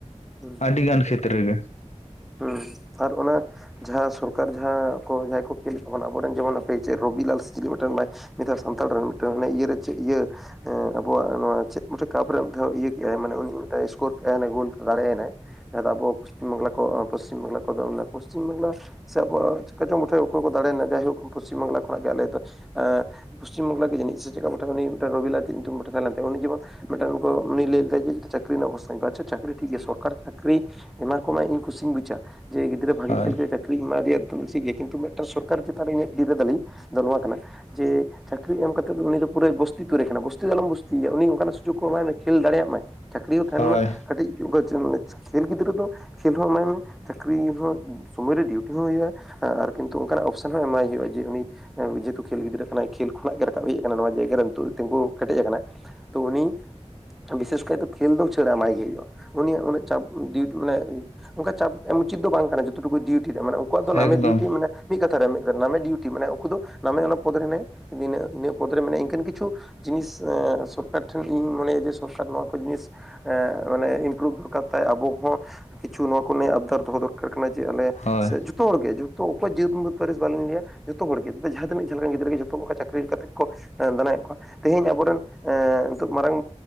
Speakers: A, in the centre; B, on the left (about 70°).
A: ᱦᱩᱸ
B: ᱟᱹᱰᱤᱜᱟᱱ ᱠᱷᱮᱛᱨᱮ ᱨᱮᱜᱮ ᱾
A: ᱦᱩᱸ ᱟᱨ ᱚᱱᱟ, ᱡᱟᱦᱟᱸ ᱥᱚᱨᱠᱟᱨ ᱡᱟᱦᱟᱸ ᱠᱚ ᱡᱟᱦᱟᱸᱭ ᱠᱚ ᱠᱷᱮᱞᱚᱫ ᱛᱟᱵᱚᱱᱟ ᱟᱵᱚᱨᱮᱱ ᱡᱮᱢᱚᱱ ᱟᱯᱮ ᱨᱚᱵᱤᱞᱟᱞ ᱥᱮ ᱪᱮᱞᱮ ᱢᱤᱫᱴᱮᱱ ᱱᱮᱛᱟᱨ ᱥᱟᱱᱛᱟᱲ ᱨᱮᱱ ᱢᱤᱫᱴᱟᱝ ᱦᱟᱱᱮ ᱤᱭᱟᱹᱨᱮ ᱪᱮᱫ ᱤᱭᱟᱹ ᱦᱮᱸ ᱟᱵᱚᱣᱟᱜ ᱱᱚᱣᱟ ᱪᱮᱫ ᱠᱟᱯᱨᱮ ᱢᱤᱫᱷᱟᱣ ᱤᱭᱟᱹ ᱠᱮᱫᱼᱟᱭ ᱢᱟᱱᱮ ᱩᱱᱤ ᱢᱤᱫ ᱥᱠᱳᱨ ᱠᱮᱫᱼᱟᱭ ᱜᱳᱞ ᱫᱟᱲᱮᱭᱟᱱᱟᱭ ᱾ ᱡᱟᱦᱟᱸ ᱟᱵᱚ ᱯᱟᱥᱪᱤᱢ ᱵᱟᱝᱞᱟ ᱠᱚ ᱯᱟᱥᱪᱤᱢ ᱵᱟᱝᱞᱟ ᱠᱚᱫᱚ ᱯᱚᱥᱪᱤᱢ ᱵᱟᱝᱞᱟ ᱥᱮ ᱟᱵᱚ ᱪᱮᱠᱟ ᱪᱚᱝ ᱢᱚᱴᱷᱮ ᱚᱠᱚᱭ ᱠᱚ ᱫᱟᱲᱮᱱᱟ ᱡᱟᱦᱟᱭ ᱯᱟᱥᱪᱤᱢ ᱵᱟᱝᱞᱟ ᱠᱷᱚᱱᱟᱜ ᱜᱮ ᱟᱞᱮ ᱫᱚ ᱮᱸᱜ ᱯᱟᱥᱪᱤᱢ ᱵᱟᱝᱞᱟ ᱜᱮ ᱡᱟᱹᱱᱤᱡ ᱥᱮ ᱪᱮᱫ ᱞᱮᱠᱟ ᱩᱱᱤ ᱨᱚᱵᱤᱞᱟᱞ ᱪᱮᱫ ᱧᱩᱛᱩᱱ ᱛᱟᱦᱮᱸ ᱞᱮᱱ ᱛᱟᱭᱟ, ᱩᱱᱤ ᱡᱮᱢᱚᱱ ᱢᱤᱫᱴᱟᱝ ᱚᱱᱠᱚ ᱩᱱᱤ ᱞᱟᱹᱭ ᱞᱮᱫᱟ ᱡᱮ ᱪᱟᱠᱤᱨᱧᱚᱜ ᱠᱚ ᱥᱟᱜᱮ ᱠᱚᱼᱟ ᱟᱪᱷᱟ ᱪᱟᱹᱠᱨᱤ ᱴᱷᱤᱠ ᱜᱮᱭᱟ ᱥᱚᱨᱠᱟᱨ ᱪᱟᱹᱠᱨᱤ ᱮᱢᱟ ᱠᱚᱢᱮ ᱠᱩᱥᱤᱧ ᱵᱩᱡᱟ, ᱡᱮ ᱜᱤᱫᱨᱟᱹ ᱵᱷᱟᱜᱮ
B: ᱦᱳᱭ
A: ᱠᱷᱮᱞ ᱠᱮᱫᱟ, ᱪᱟᱹᱠᱨᱤ ᱮᱢᱟ ᱫᱮᱭᱟ ᱫᱚ ᱠᱩᱥᱤ ᱜᱮᱭᱟ ᱠᱤᱱᱛᱩ ᱢᱤᱫᱴᱟᱝ ᱥᱚᱨᱠᱟᱨ ᱪᱮᱛᱟᱱ ᱨᱮ ᱤᱧᱟᱜ ᱵᱤᱫᱟ ᱛᱟᱞᱤᱧ ᱱᱚᱣᱟ ᱠᱟᱱᱟ ᱡᱮ ᱪᱟᱹᱠᱨᱤ ᱮᱢ ᱠᱟᱛᱮᱫ ᱫᱚ ᱩᱱᱤ ᱫᱚ ᱯᱩᱨᱟᱹᱭ ᱵᱩᱥᱛᱤ ᱛᱩᱨᱤ ᱠᱟᱱᱟ ᱵᱚᱥᱛᱤ ᱫᱚ ᱟᱞᱚᱢ ᱵᱚᱥᱛᱤᱭᱮᱭᱟ ᱩᱱᱤ ᱚᱱᱠᱟᱱᱟᱜ ᱥᱩᱡᱳᱜ ᱠᱚ ᱮᱢᱟᱭ ᱢᱮ ᱠᱷᱮᱞ ᱫᱟᱲᱮᱭᱟᱜ ᱢᱟᱭ᱾ ᱪᱟᱹᱠᱨᱤ ᱦᱚᱸ ᱛᱟᱦᱮᱱ
B: ᱦᱳᱭ
A: ᱢᱟ ᱠᱟᱹᱴᱤᱡ ᱠᱷᱮᱞ ᱜᱤᱫᱽᱨᱟᱹ ᱫᱚ ᱠᱷᱮᱞ ᱦᱚᱸ ᱮᱢᱟᱭ ᱢᱮ ᱪᱟᱹᱠᱨᱤ ᱦᱚᱸ ᱥᱚᱢᱚᱭ ᱨᱮ ᱰᱤᱩᱴᱤ ᱦᱚᱸ ᱦᱩᱭᱩᱜᱼᱟ᱾ ᱦᱮᱸ ᱟᱨ ᱠᱤᱱᱛᱩ ᱚᱱᱠᱟᱱᱟᱜ ᱚᱯᱥᱮᱱ ᱦᱚᱸ ᱮᱢᱟᱭ ᱦᱩᱭᱩᱜᱼᱟ, ᱡᱮ ᱩᱱᱤ ᱡᱮᱦᱮᱛᱩ ᱠᱷᱮᱞ ᱜᱤᱫᱽᱨᱟᱹ ᱠᱟᱱᱟᱭ ᱠᱷᱮᱞ ᱠᱷᱚᱱᱟᱜ ᱜᱮ ᱨᱟᱠᱟᱵ ᱦᱮᱡ ᱟᱠᱟᱱᱟ ᱱᱚᱣᱟ ᱡᱟᱭᱜᱟ ᱨᱮᱭ ᱛᱤᱸᱜᱩ ᱠᱮᱴᱮᱡ ᱟᱠᱟᱱᱟ ᱾ ᱛᱚ ᱩᱱᱤ ᱵᱤᱥᱮᱥ ᱠᱟᱭᱛᱮ ᱠᱷᱮᱞ ᱫᱚ ᱩᱪᱟᱹᱲ ᱮᱢᱟᱭ ᱜᱮ ᱦᱳᱭᱳᱜᱼᱟ᱾ ᱩᱱᱤᱭᱟᱜ ᱩᱱᱟᱹᱜ ᱪᱟᱯ ᱰᱤᱴ ᱢᱟᱱᱮ ᱚᱱᱠᱟ ᱪᱟᱯ ᱩᱪᱤᱛ ᱫᱚ ᱵᱟᱝ ᱠᱟᱱᱟ ᱡᱚᱛᱚ ᱠᱩ ᱰᱤᱭᱩᱴᱤ ᱨᱮ ᱢᱟᱱᱮ ᱩᱱᱠᱩᱣᱟᱜ ᱫᱚ
B: ᱮᱠᱫᱚᱢ
A: ᱱᱟᱢᱮ ᱰᱤᱭᱩᱴᱤ ᱢᱟᱱᱮ ᱢᱤᱫ ᱠᱟᱛᱷᱟᱨᱮ ᱢᱮᱱ ᱠᱮᱫ ᱱᱟᱢᱮ ᱰᱤᱭᱩᱴᱤ ᱢᱮ ᱩᱱᱠᱩ ᱫᱚ ᱱᱟᱢᱮ ᱚᱱᱟ ᱯᱚᱫ ᱨᱮ ᱱᱤᱱᱟᱜ ᱯᱚᱫ ᱨᱮ ᱢᱮᱱᱟᱭᱟ ᱤᱱᱠᱟᱱ ᱠᱤᱪᱷᱩ ᱡᱤᱱᱤᱥ ᱥᱚᱨᱠᱟᱨ ᱴᱷᱮᱱ ᱤᱧ ᱢᱚᱱᱮᱭᱟ ᱡᱮ ᱥᱚᱨᱠᱟᱨ ᱱᱚᱣᱟ ᱠᱚ ᱡᱤᱱᱤᱥ ᱢᱟᱱᱮ ᱤᱱᱯᱩᱨᱩᱵ ᱫᱚᱨᱠᱟᱨ ᱛᱮᱭ ᱟᱵᱚ ᱦᱚᱸ, ᱠᱤᱪᱷᱩ ᱱᱚᱣᱟ ᱠᱚ ᱱᱮ ᱟᱵᱫᱟᱨ ᱫᱚᱦᱚ ᱫᱚᱨᱠᱟᱨ ᱠᱟᱱᱟ ᱡᱮ ᱟᱞᱮ
B: ᱦᱳᱭ
A: ᱥᱮ ᱡᱚᱛᱚ ᱦᱚᱲᱜᱮ ᱡᱚᱛᱚ ᱚᱠᱚᱭ ᱡᱟᱹᱛ ᱯᱟᱹᱨᱤᱥ ᱵᱟᱞᱤᱧ ᱞᱟᱹᱭᱟ, ᱡᱚᱛᱚ ᱦᱚᱲ ᱜᱮ ᱡᱟᱦᱟᱸ ᱛᱤᱱᱟᱹᱜ ᱡᱟᱦᱟᱸ ᱞᱮᱠᱟᱱ ᱜᱤᱫᱽᱨᱟᱹ ᱜᱮ ᱡᱚᱛᱚᱱᱠᱟ ᱪᱟᱹᱠᱨᱤ ᱠᱟ ᱠᱟᱛᱮᱜ ᱠᱚ ᱫᱟᱱᱟᱭᱮᱫ ᱠᱚᱣᱟ᱾ ᱛᱮᱦᱮᱧ ᱟᱵᱚᱨᱮᱱ ᱱᱤᱛᱚᱜ ᱢᱟᱨᱟᱝ